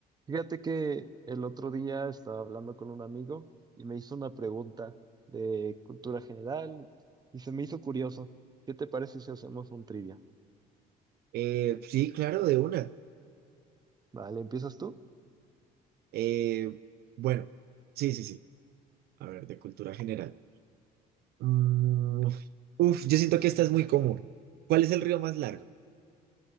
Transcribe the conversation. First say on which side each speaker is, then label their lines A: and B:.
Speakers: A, on the right; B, on the right.
A: Fíjate que el otro día estaba hablando con un amigo y me hizo una pregunta de cultura general y se me hizo curioso. ¿Qué te parece si hacemos un trivia?
B: Eh, sí, claro, de una.
A: Vale, ¿empiezas tú?
B: Eh, bueno, sí, sí, sí. A ver, de cultura general. Mm, uf, yo siento que esta es muy común. ¿Cuál es el río más largo?